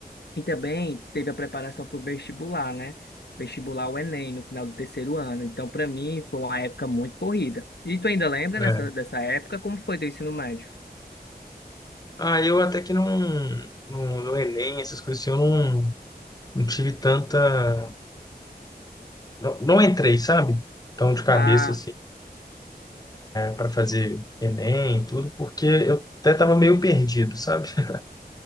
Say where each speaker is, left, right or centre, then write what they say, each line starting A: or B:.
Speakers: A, on the left; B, on the left.
A: e também teve a preparação para o vestibular, né? Vestibular o Enem no final do terceiro ano. Então, para mim, foi uma época muito corrida. E tu ainda lembra
B: É.
A: dessa, dessa época? Como foi teu ensino médio?
B: Ah, eu até que não, no, no Enem, essas coisas assim, eu não, não tive tanta. Não, não entrei, sabe? Tão de cabeça
A: Ah,
B: assim. para fazer Enem e tudo, porque eu até estava meio perdido, sabe? <laughs>